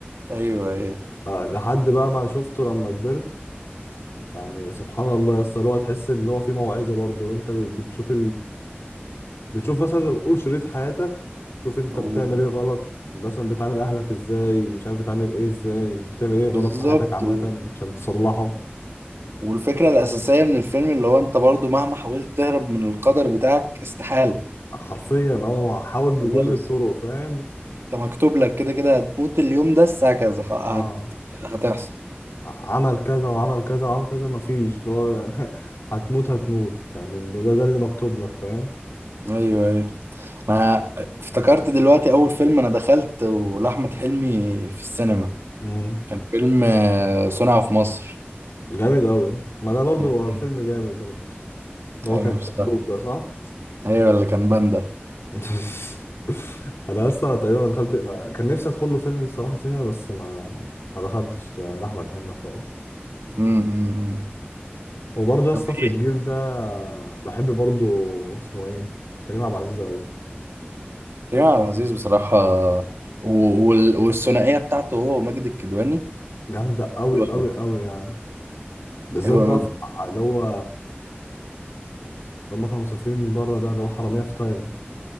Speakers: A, on the right; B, on the left.
A: ايوه ايوه
B: آه، لحد بقى ما شفته لما كبرت يعني سبحان الله يا اسطى اللي هو تحس إن هو في موعظة برضه أنت بت- بتشوف بتشوف مثلا قول شريط حياتك تشوف انت
A: و-
B: بتعمل ايه غلط مثلا بتعامل اهلك ازاي مش عارف بتعامل ايه ازاي بتعمل ايه غلط
A: بالظبط
B: في حياتك عامة
A: و-
B: عشان تصلحه
A: والفكرة الأساسية من الفيلم اللي هو انت برضو مهما حاولت تهرب من القدر بتاعك استحالة
B: حرفيا اه حاول بكل
A: خلاص
B: الطرق فاهم
A: انت مكتوب لك كده كده هتموت اليوم ده الساعة كذا خ- هت-
B: اه
A: هتحصل
B: عمل كذا وعمل كذا وعمل كذا مفيش اللي هو يعني <laughs> هتموت هتموت يعني ده, ده ده اللي مكتوب لك فاهم
A: ايوه ايوه انا افتكرت دلوقتي اول فيلم انا دخلت لاحمد حلمي في السينما
B: امم
A: كان فيلم آه، صنع في مصر
B: جامد قوي ما ده برضه
A: <laughs>
B: هو فيلم جامد برضه اللي
A: ايوه
B: هو كان
A: بصراحه
B: مكتوب ده صح
A: ايوه اللي كان باندا
B: <laughs> انا اصلا تقريبا ما دخلت ما... كان نفسي ادخل له فيلم الصراحه سينما بس ما ما دخلتش ل- لاحمد حلمي خالص
A: امم
B: وبرضه يا اسطى
A: طب
B: في
A: ايه
B: الجيل ده بحب برضه اسمه ايه كريم عبد العزيز قوي
A: كريم عبد العزيز بصراحه و- وال- والثنائيه بتاعته هو وماجد الكدواني
B: جامده قوي
A: حلوه
B: قوي
A: قوي
B: قوي يعني بالذات
A: حلوه
B: بقى
A: قوي
B: في اللي هو لما كانوا مسافرين من بره ده اللي هو حراميه في تايلاند